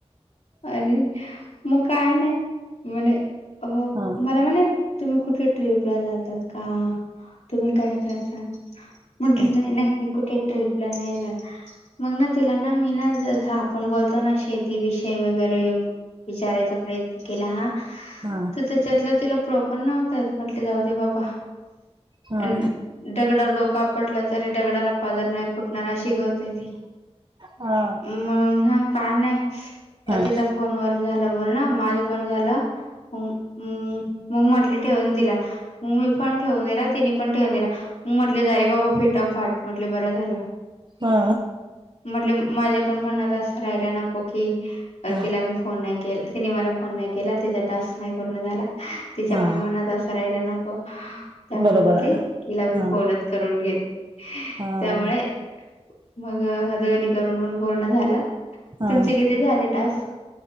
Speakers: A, on the left; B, on the right.
A: आणि मग काय नाही म्हणे हो
B: हा
A: मला म्हणे तुम्ही कुठे ट्रिप ला जातात का? तुम्ही काय करता, ह म्हटलं
B: हा
A: नाही नाही मी कुठे ट्रीपला नाही जात मग ना तिला ना मी ना जस आपण बोलतो ना शे ती विषय वगैरे विचारायचा प्रयत्न केला हा.
B: हा
A: तर त्याच्यातलं तिला प्रॉपर नव्हत. म्हटले जाऊ दे बाबा
B: हा
A: अम्म दगडावर डोक आपटला. तरी दडगडाला पाझर नाही फुटणार अशी गतय ती
B: हा
A: मग ना. कार नाही.
B: हा
A: तिचा फोनवर झाला बोलन. माझं पण झालं. ह हम् मग म्हटले ठेवून दिला मग् मी फोन ठेवून दिला तिने पण ठेवून दिला मग म्हटले झाले बाबा फिटम फाट म्हटले बरं झालं.
B: हा
A: म्हनल माझ्या पण मनात अस रायला न ओके. पण
B: हा
A: तिला मी फोन नाही केल तिने मला फोन नाही केला तिचा टास्क नाही पूर्ण झाला. तिच्या
B: हा
A: पण मनात अस राय ते नको त्यामुळे
B: बरोबर
A: म्हटले,
B: आहे
A: तिला मी
B: हा
A: फोनच करून घेते. त्यामुळे
B: हा
A: मग अ हदवनी करून पण पूर्ण झाला.
B: हा
A: तुमचे किती झाले टास्क?